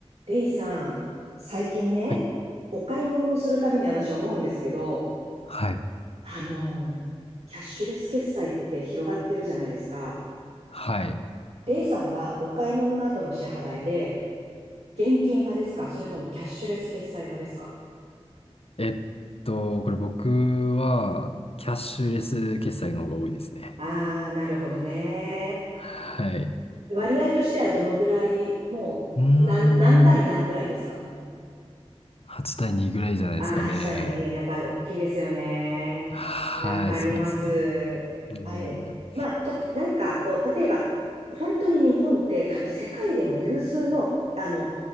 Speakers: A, on the right; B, on the left.
A: レイさん、最近ね、
B: はい
A: お買い物をするたびに私思うんですけど、
B: はい。
A: あのー、キャッシュレス決済って広がってるじゃないですか。
B: はい。
A: レイさんはお買い物の後の支払いで、現金派ですかそれともキャッシュレス決済派ですか
B: えっと、これ僕は、キャッシュレス決済の方が多いですね。
A: あー、なるほどね。
B: はい。
A: 割合としてはどのぐらい、もう、
B: うーん。
A: 何、何対何ぐらいですか
B: 8対2ぐらいじゃないですかね。
A: ああ、8対2、やっぱり大きいですよね。
B: はい、
A: わかります。
B: そうですね。うん、う
A: あれ、
B: ん
A: まあ、と、何か、こう、例えば、本当に日本って多分世界でも有数の、あの、